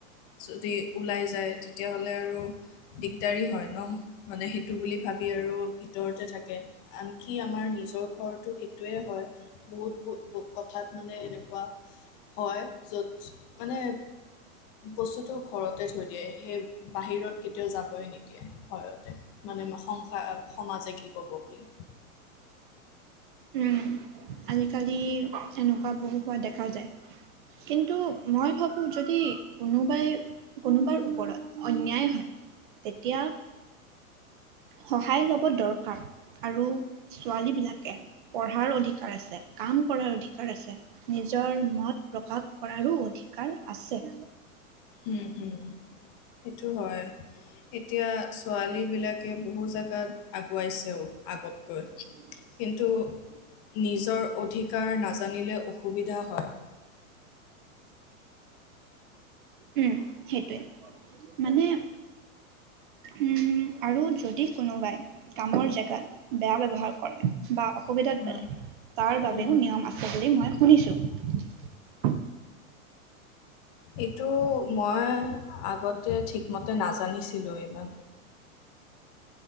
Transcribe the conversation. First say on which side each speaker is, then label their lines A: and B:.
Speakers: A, on the left; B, on the right.
A: যদি ওলাই যায় তেতিয়াহ'লে আৰু দিগদাৰী হয় ন। মানে সেইটো বুলি ভাবি আৰু ভিতৰতে থাকে আনকি আমাৰ নিজৰ ঘৰটো সেইটোয়ে হয় বহুত কথাত মানে এনে বা হয় য'ত মানে বস্তুটো ঘৰতে থৈ দিয়ে সেই বাহিৰত কেতিয়াও যাবই নিদিয়ে ভয়ত মানে সংসাৰ সমাজে কি কব বুলি
B: উম আজিকালি এনেকুৱা বহু হোৱা দেখা যায় কিন্তু মই ভাবো যদি কোনোবাই কোনোবাৰ ওপৰত অন্যায় হয় তেতিয়া সহায় লব দৰকাৰ আৰু ছোৱালী বিলাকে পঢ়াৰ অধিকাৰ আছে কাম কৰাৰ অধিকাৰ আছে নিজৰ মত প্ৰকাশ কৰাৰো অধিকাৰ আছে।
A: হ সেইটো হয় এতিয়া ছোৱালী বিলাকে বহু জেগাত আগুৱাইছেও আগতকৈ কিন্তু নিজৰ অধিকাৰ নাজানি জানিলে অসুবিধা হয়।
B: উম সেইটোৱে মানে উম আৰু যদি কোনোবাই কামৰ জেগাত বেয়া ব্যৱহাৰ কৰে বা অসুবিধাত
A: উম,
B: পেলাই তাৰ বাবেও
A: উম, হুম,
B: নিয়ম আছে বুলি মই শুনিছোঁ। <unintelligible>
A: এইটো মই আগতে ঠিকমতে নাজানিছিলোঁ ইমান